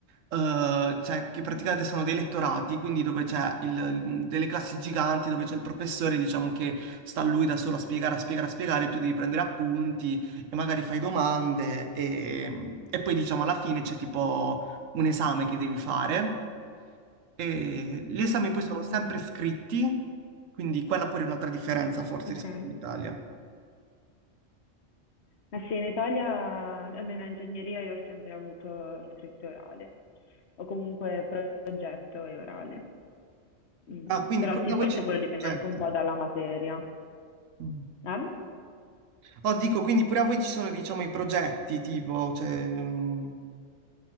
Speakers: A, on the right (about 75°); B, on the left (about 60°).
A: eh, cioè, che praticamente sono dei lettorati, quindi dove c'è il- delle classi giganti, dove c'è il professore, diciamo, che sta lui da solo a spiegare, a spiegare, a spiegare, tu devi prendere appunti e magari fai domande e e poi, diciamo, alla fine c'è tipo un esame che devi fare. E gli esami
B: Mhm,
A: poi sono sempre
B: mhm.
A: scritti, quindi quella pure è un'altra differenza forse
B: Ok.
A: rispetto all'Italia.
B: Ma sì, in Italia, almeno in ingegneria, io ho sempre avuto scritto e orale, o comunque progetto e orale. Mm,
A: Ah, quindi
B: Però
A: pure
B: sì,
A: a
B: forse
A: voi ci
B: quello
A: sono i
B: dipende
A: progetti.
B: anche un po' dalla materia.
A: Mm.
B: Eh?
A: Oh, dico, quindi pure a voi ci sono, diciamo, i progetti, tipo, cioè... mm,